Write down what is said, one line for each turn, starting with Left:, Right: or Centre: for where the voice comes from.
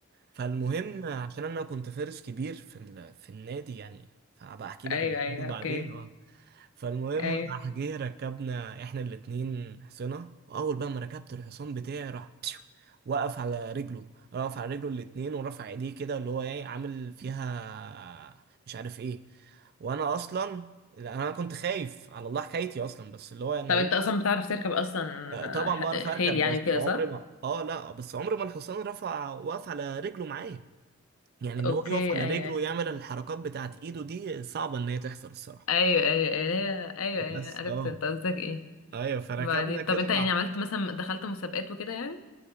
Right: فالمهم عشان انا كنت فارس كبير في ال... في النادي يعني فهبقى احكي لك
Left: ايوه
Right: الموضوع
Left: ايوه
Right: ده بعدين
Left: اوكي
Right: اه فالمهم
Left: ايوه
Right: راح جه ركبنا احنا الاتنين حصنة واول بقى ما ركبت الحصان بتاعي راح بشو وقف على رجله وقف على رجله الاتنين ورفع ايديه كده اللي هو ايه عامل فيها مش عارف ايه وانا اصلا لا انا كنت خايف على الله حكايتي اصلا بس اللي هو انا
Left: طب
Right: ايه
Left: انت اصلا بتعرف تركب اصلا
Right: طبعا بعرف
Left: آه، خيل
Right: اركب
Left: يعني
Right: بس
Left: وكده
Right: عمري
Left: صح؟
Right: ما اه لا بس عمري ما الحصان رفع وقف على رجله معايا يعني ان
Left: اوكي
Right: هو يقف على
Left: ايوه
Right: رجله ويعمل الحركات بتاعت ايده دي صعبة ان هي تحصل الصراحة
Left: ايوه ايوه ايوه هي- ايوه
Right: بس
Left: ايوه عرفت
Right: اه
Left: انت قصدك ايه
Right: ايوه فركبنا
Left: بعدين
Right: كده
Left: طب انت
Right: مع
Left: يعني عملت مثلا دخلت مسابقات وكده